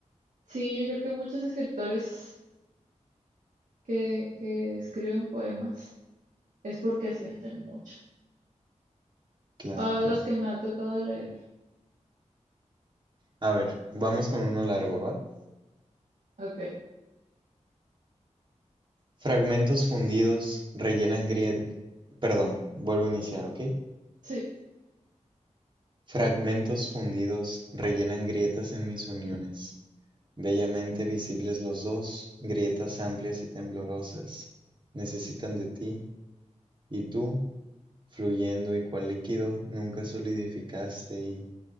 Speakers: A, on the right (about 80°); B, on the right (about 40°).
A: Sí, yo creo que muchos escritores que, que escriben poemas es porque sienten mucho.
B: Claro,
A: A los
B: claro.
A: que me ha tocado leer.
B: A ver, vamos con uno largo, ¿va?
A: Ok,
B: Fragmentos fundidos rellenan grietas. Perdón, vuelvo a iniciar, ¿ok?
A: sí.
B: Fragmentos fundidos rellenan grietas en mis uniones. Bellamente visibles los dos, grietas amplias y temblorosas. Necesitan de ti, y tú, fluyendo y cual líquido, nunca solidificaste y